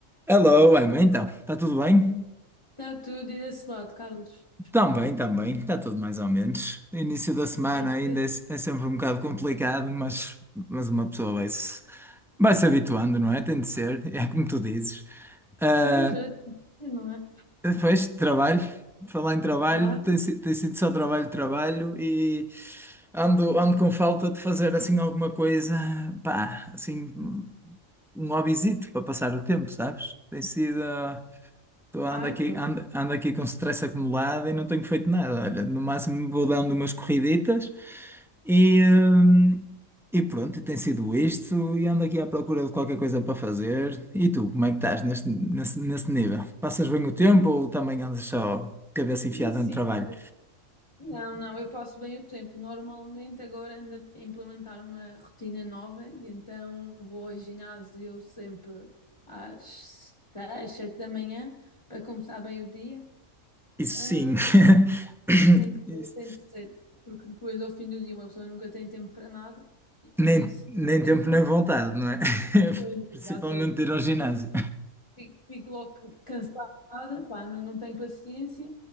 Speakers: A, in the centre; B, on the left (about 20°).
A: Hello, Emma, então, está tudo bem?
B: Está tudo e desse lado, Carlos.
A: Também, também, está tudo mais ou menos. Início da semana
B: Tem que
A: ainda
B: ser.
A: é, é sempre um bocado complicado, mas, mas uma pessoa vai se, vai se habituando, não é? Tem de ser, é como tu dizes. Ah,
B: Pois, é, tem que ser, não é?
A: Depois, trabalho, falar em trabalho,
B: Claro.
A: tem, si- tem sido só trabalho, trabalho e ando, ando com falta de fazer assim alguma coisa, pá, assim, um um hobbyzito para passar o tempo, sabes? Tem sido. ah, Estou ando
B: Ai,
A: aqui,
B: pois.
A: ando, ando aqui com stress acumulado e não tenho feito nada. Olha, no máximo vou dando umas corriditas e, hum, e pronto, e tem sido isto. E ando aqui à procura de qualquer coisa para fazer. E tu, como é que estás neste, nesse, nesse nível? Passas bem o tempo ou também andas só cabeça enfiada
B: Sim, sim,
A: no trabalho?
B: olha. Não, não, eu passo bem o tempo. Normalmente agora ando a implementar uma rotina nova e então vou ao ginásio sempre às seis, sete da manhã para começar bem o dia.
A: Isso
B: Ah,
A: sim. <coughs> <laughs>
B: tem de
A: Isso.
B: ser, tem de ser, porque depois ao fim do dia uma pessoa nunca tem tempo para nada e também
A: Nem,
B: se
A: nem
B: tem
A: tempo
B: tempo não
A: nem
B: tem
A: vontade,
B: tempo para
A: não é? <laughs>
B: coisas.
A: Principalmente
B: Exato,
A: de ir ao ginásio.
B: Fico, fico logo cansada, pá, não, não tenho paciência.